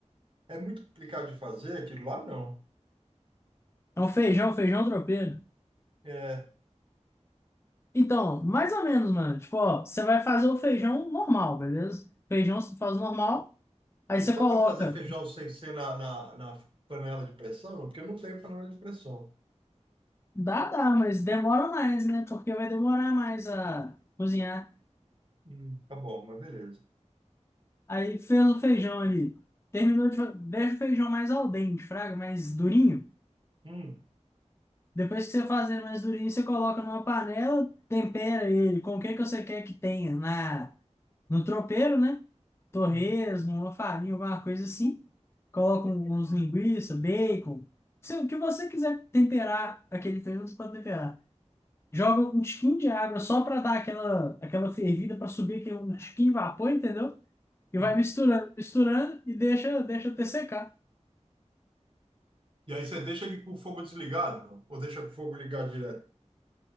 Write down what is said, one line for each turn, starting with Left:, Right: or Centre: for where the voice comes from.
Right: É muito complicado de fazer, aquilo lá não.
Left: É um feijão, feijão tropeiro.
Right: É,
Left: Então, mais ou menos, mano. Tipo, ó, você vai fazer o feijão normal, beleza? Feijão você faz normal, aí
Right: e
Left: você
Right: dá
Left: coloca.
Right: para fazer feijão sem ser na, na, na panela de pressão? Porque eu não tenho panela de pressão.
Left: Dá, dá, mas demora mais, né? Porque vai demorar mais a cozinhar.
Right: Hum, tá bom, mas beleza.
Left: Aí fez o feijão ali. Terminou de. fa- Deixa o feijão mais al dente, fraga, mais durinho.
Right: Hum,
Left: Depois que você fazer mais durinho, você coloca numa panela, tempera ele com o que que você quer que tenha na, no tropeiro, né? Torresmo,
Right: uhum,
Left: uma farinha, alguma coisa assim. Coloca um- uns linguiça, bacon. Se, o que você quiser temperar aquele feijão, você pode temperar. joga um tiquinho de água só para dar aquela, aquela fervida para subir aquele um tiquinho de vapor, entendeu? E
Right: uhum.
Left: vai misturando, misturando e deixa, deixa até secar.
Right: E aí você deixa ele com o fogo desligado, não? Ou deixa com o fogo ligado direto?